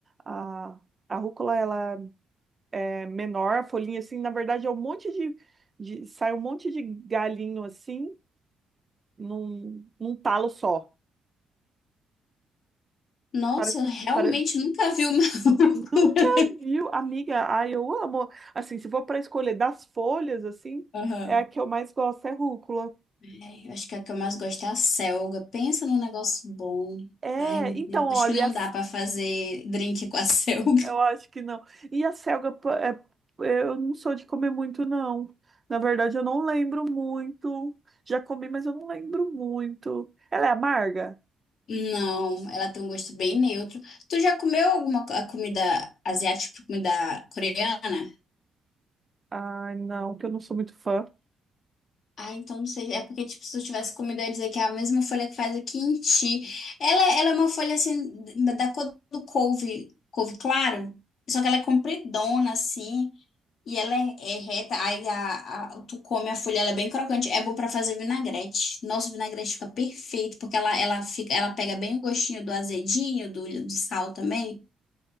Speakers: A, on the right; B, on the left.
A: a, a rúcula ela é menor, a folhinha assim, na verdade é um monte de, de sai um monte de galinho assim, num, num talo só.
B: Nossa,
A: Parece,
B: eu realmente
A: pare-
B: nunca vi uma <laughs> rúcula.
A: Nunca viu, amiga, ai, eu amo. Assim, se for para escolher das folhas, assim,
B: Aham.
A: é a que eu mais gosto, é rúcula.
B: É, eu acho que a que eu mais gosto é a selga. Pensa num negócio bom.
A: É,
B: Ai, meu Deus.
A: então, olha,
B: Acho que não dá pra fazer drink com a <laughs> selga.
A: Eu acho que não. E a selga, pa- é- eu não sou de comer muito, não. Na verdade, eu não lembro muito. Já comi, mas eu não lembro muito. Ela é amarga?
B: Não, ela tem um gosto bem neutro. Tu já comeu alguma co- a comida asiática, tipo comida coreana?
A: Ai, não, que eu não sou muito fã.
B: Ah, então não sei. É porque, tipo, se eu tivesse comido, eu ia dizer que é a mesma folha que faz o quinti. Ela, ela é uma folha, assim, da da cor do couve, couve claro. Só que ela é compridona, assim. E ela é, é reta. Aí a, a- tu come a folha, ela é bem crocante. É bom pra fazer vinagrete. Nossa, o vinagrete fica perfeito, porque ela, ela fica, ela pega bem o gostinho do azedinho, do, do sal também.